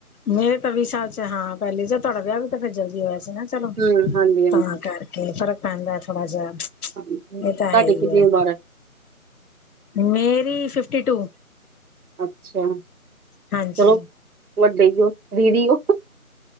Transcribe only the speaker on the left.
ਮੇਰੇ ਤਾਂ ਵੀਹ ਸਾਲ ਚ ਹਾਂ ਪਹਿਲੀ ਜਾ ਤੁਹਾਡਾ ਵਿਆਹ ਵੀ ਤਾਂ ਫਿਰ ਜਲਦੀ ਹੋਇਆ ਸੀ ਨਾ ਚਲੋ
ਤਾਂ ਕਰਕੇ ਫ਼ਰਕ ਪੈਂਦਾ ਥੋੜਾ ਜਿਹਾ
ਇਹ ਤਾ ਹੈ ਈ
ਐ,
ਮੇਰੀ ਫਿਫਟੀ ਟੂ
ਹਾਂਜੀ।